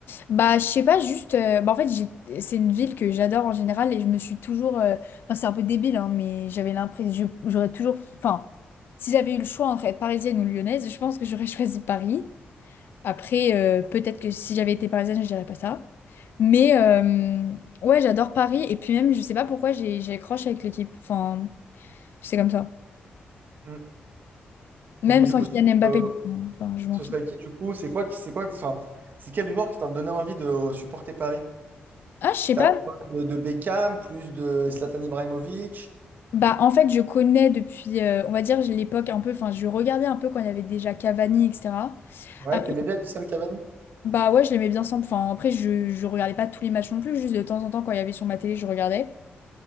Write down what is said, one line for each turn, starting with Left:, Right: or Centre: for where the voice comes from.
Left: bah, je sais pas, juste. euh, bah, en fait, j'ai- c'est une ville que j'adore en général et je me suis toujours. euh, Enfin, c'est un peu débile, hein, mais j'avais l'impression. je- J'aurais toujours. Enfin, si j'avais eu le choix entre être parisienne ou lyonnaise, je pense que j'aurais <laughs> choisi Paris. Après, euh, peut-être que si j'avais été parisienne, je dirais pas ça. Mais euh, ouais, j'adore Paris et puis même, je sais pas pourquoi j'ai j'ai accroche avec l'équipe. Enfin, c'est comme ça.
Right: Mm.
Left: Même
Right: Et puis du
Left: sans
Right: coup,
Left: Kylian Mbappé.
Right: euh,
Left: Enfin, je m'en
Right: ce
Left: fiche.
Right: serait qui du coup? C'est quoi qui, c'est quoi qui, enfin, c'est quel joueur qui t'a donné envie de supporter Paris?
Left: Ah, je sais
Right: C'était
Left: pas.
Right: à l'époque de de Beckham, plus de Zlatan Ibrahimovic.
Left: Bah, en fait, je connais depuis, euh, on va dire, j'ai l'époque un peu, enfin, je regardais un peu quand il y avait déjà Cavani, etc.
Right: Ouais,
Left: Après,
Right: t'aimais bien Edison Cavani?
Left: bah ouais, je l'aimais bien sans, enfin, après, je, je regardais pas tous les matchs non plus, juste de temps en temps, quand il y avait sur ma télé, je regardais.